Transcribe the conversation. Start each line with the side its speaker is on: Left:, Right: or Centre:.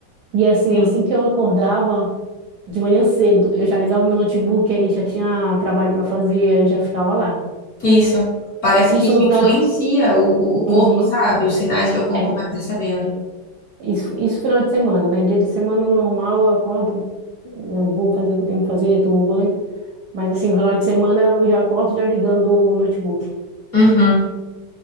Right: E assim,
Left: sim.
Right: assim que eu acordava de manhã cedo, eu já ligava meu notebook, aí já tinha trabalho para fazer, eu já ficava lá.
Left: Isso. Parece
Right: Isso
Left: que isso
Right: no
Left: influencia
Right: final de. se-
Left: o, o o corpo,
Right: Uhum,
Left: sabe? Os sinais que o corpo
Right: é.
Left: vai percebendo.
Right: Isso, isso final de semana, né? Dia de semana normal, eu acordo, eu vou fazer o que eu tenho que fazer, tomo banho. Mas assim, final de semana eu já acordo já ligando o notebook.
Left: Uhum.